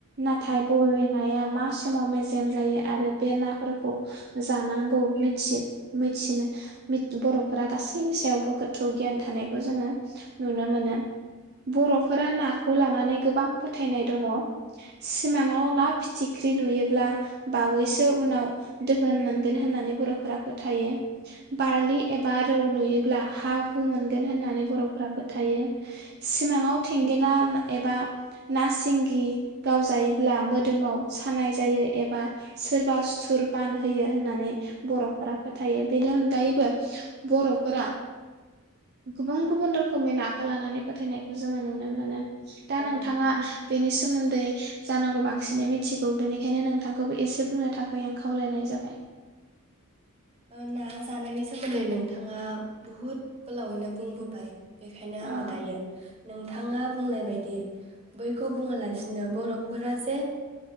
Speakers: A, on the right; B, on the right.
A: नाथाय
B: औ
A: बयला एया मास समाव मेजेम जायो आरो बे नाफोरखौ जानांगौ मिथि-मिथिनो बर'फोरा गासैनि सायावबो गोथौ गियान थानायखौ जोङो नुनो मोनो।
B: औ
A: बर'फोरा नाखौ लानानै गोबां फोथायनाय
B: औ
A: दङ। सिमाङाव ना फिथिख्रि नुयोब्ला बावैसो उनाव दोहोन मोन गोन होननानै बरफोरा फोथायो। बारलि एबा रौ नुयो ब्ला हा हु मोन गोन होननानै बरफोराबो थायो। सिमाङाव थेंगोना ना एबा ना सिंगि गावजायोब्ला मोदोमाव सानाय जायो एबा सोरबा सुथुर बानहोयो होननानै बरफोरा फोथायो बेनि अनगायैबो बर'फोरा गोबां। गुबुन रोखोमै नाखौ लानानै फोथायनाय। जोङो नुनो मोनो दा नोंथाङा।
B: औ
A: बेनि सोमोन्दै जानांगौ बांसिनै मिथिगौ बेनिखायनो नोंथांखौबो एसे बुंनो थाखाय आं खावलायनाय जाबाय।
B: औ ना जानायनि सोमोन्दै नोंथाङा बुहुद गोलावैनो बुंबोबाय। बेखायनो
A: अ
B: आंङो दायो। नोंथाङा बुंनाय बायदि बैखौ बुङालासिनो बर'फोरा जे